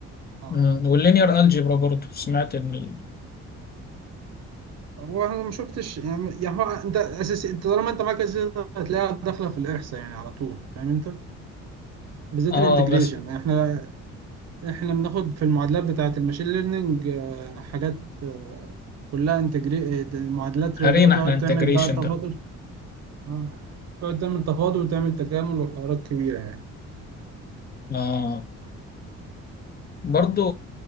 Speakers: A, on the right (about 60°); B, on the left (about 30°).
A: اه
B: أمم، واللينير algebra برضو سمعت ان ال...
A: هو انا ما شفتش يعني يعني هو انت اساسي انت طالما انت معاك اساسي هتلاقيها داخله في الاحصاء يعني على طول فاهم انت بالذات
B: اه
A: الانتجريشن
B: بس
A: يعني احنا احنا بناخد في المعادلات بتاعه الماشين ليرنينج آه، حاجات آه، كلها انتجري معادلات رياضيه
B: هرينا
A: تقعد
B: احنا
A: تعمل
B: integration
A: بقى تفاضل
B: ده
A: آه، تقعد تعمل تفاضل وتعمل تكامل وحوارات كبيره يعني
B: اه برضو